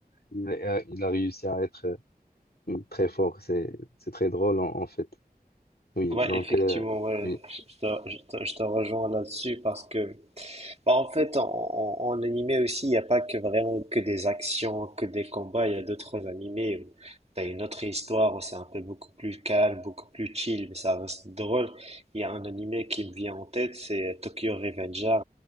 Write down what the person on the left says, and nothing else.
Il a, euh, il a réussi à être euh, très fort, c'est, c'est très drôle en, en fait. Oui,
donc,
euh,
oui.